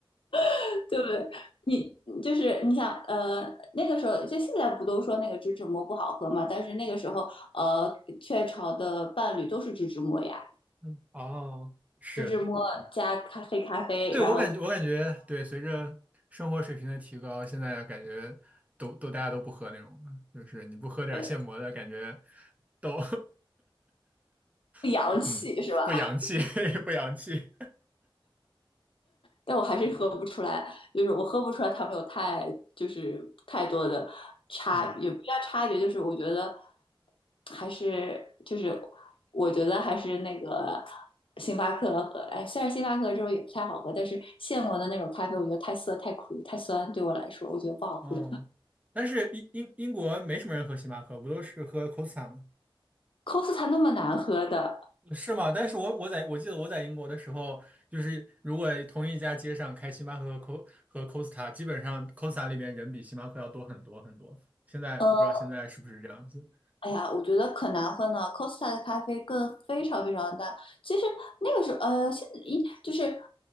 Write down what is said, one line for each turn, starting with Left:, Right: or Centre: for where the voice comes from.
Left: <laughs> 对不对？你就是你想，呃，那个时候就现在不都说那个植脂末不好喝嘛？但是那个时候，呃，雀巢的伴侣都是植脂末呀。
Right: 嗯，哦。是。
Left: 芝芝摸加咖黑咖啡，
Right: 对，
Left: 然后
Right: 我感觉，我感觉，对，随着生活水平的提高，现在感觉都都大家都不喝那种了，就是你不喝点现磨的，
Left: 呃，
Right: 感觉都
Left: 不洋气是吧？
Right: <laughs> 嗯不洋气，
Left: <laughs>
Right: <laughs> 不洋气，
Left: 但我还是喝不出来，就是我喝不出来他们有太就是太多的差，
Right: 嗯
Left: 也不叫差别，就是我觉得还是就是我觉得还是那个星巴克和哎，虽然星巴克这种也不太好喝，但是现磨的那种咖啡，我觉得太涩、太苦、太酸，对我来说，我觉得不好喝。
Right: 哦，但是英英英国没什么人喝星巴克，不都是喝 Costa 吗？
Left: Costa 那么难喝的，
Right: 是吗？但是我我在我记得我在英国的时候，就是如果同一家街上开星巴克和 Co 和 Costa，基本上 Costa 里边人比星巴克要多很多很多。现在我不知道现在是不是这样子。
Left: 呃。哎呀，我觉得可难喝呢，Costa 的咖啡更非常非常大。其实那个时候，呃，现一就是